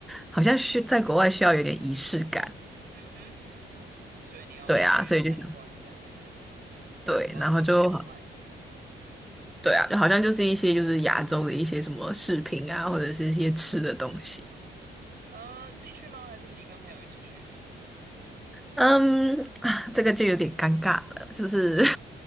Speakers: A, in the centre; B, on the right.
A: 好像需在国外需要有点仪式感，
B: 嗯哼，所以你要去参观这样子，
A: 对啊，所以就想
B: 有什么东西好卖的？
A: 对，然后就好对啊，就好像就是一些就是亚洲的一些什么饰品啊，或者是一些吃的东西。
B: 嗯、自己去吗？还是你跟朋友一起去？
A: 嗯，啊，这个就有点尴尬了，就是